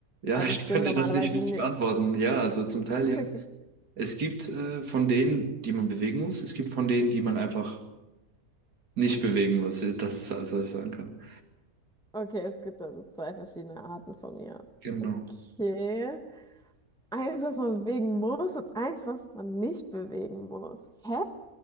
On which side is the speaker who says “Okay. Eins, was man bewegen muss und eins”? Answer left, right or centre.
Centre